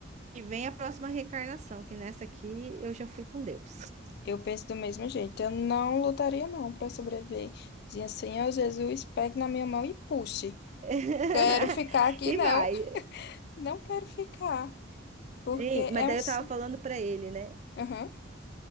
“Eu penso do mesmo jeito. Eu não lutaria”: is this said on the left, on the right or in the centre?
Left